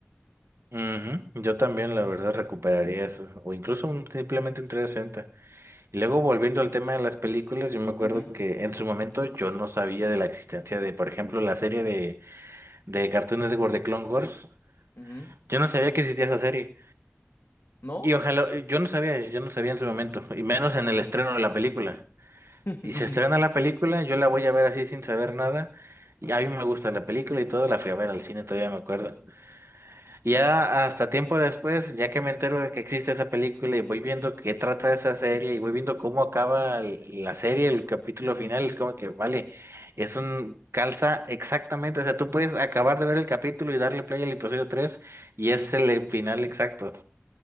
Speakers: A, on the right; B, on the left.
A: Ujú, Yo también, la verdad, recuperaría eso. O incluso un- simplemente un 360. Y luego volviendo al tema de las películas, yo me acuerdo
B: Ujú,
A: que en su momento yo no sabía de la existencia de, por ejemplo, la serie de, de Cartoon Network de Clone Wars.
B: ujú.
A: Yo no sabía que existía esa serie.
B: ¿No?
A: Y ojalá, yo no sabía, yo no sabía en su momento, y menos en el estreno de la película.
B: <laughs>
A: Y se estrena la película, yo la voy a ver así sin saber nada. Y a mí me gusta la película y todo, la fui a ver al cine, todavía me acuerdo. Y Ya hasta tiempo después, ya que me entero de que existe esa película y voy viendo qué trata esa serie y voy viendo cómo acaba el- la serie, el capítulo final, es como que, vale, es un calza exactamente, o sea, tú puedes acabar de ver el capítulo y darle play al episodio tres y es el final exacto.